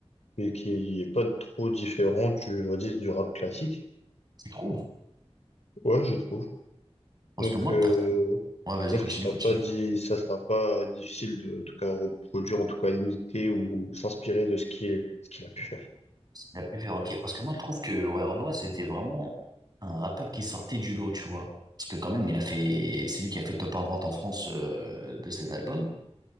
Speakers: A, on the left; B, on the right.
A: mais qui est pas trop différent du, on va dire, du rap classique.
B: Tu trouves?
A: Ouais, je trouve.
B: Parce
A: Donc,
B: que moi,
A: euh,
B: per... ouais, vas-y,
A: Je pense
B: continue,
A: qu'il sera
B: continue.
A: pas dit, ça sera pas difficile de, en tout cas, reproduire, en tout cas, imiter ou s'inspirer de ce qu'il, ce qu'il a pu faire.
B: Il a pu faire OK. Parce que moi, je trouve que ouais, Renoir, c'était vraiment un rappeur qui sortait du lot, tu vois. Parce que quand même, il a fait, c'est lui qui a fait top 1 vente en France euh, de ses albums.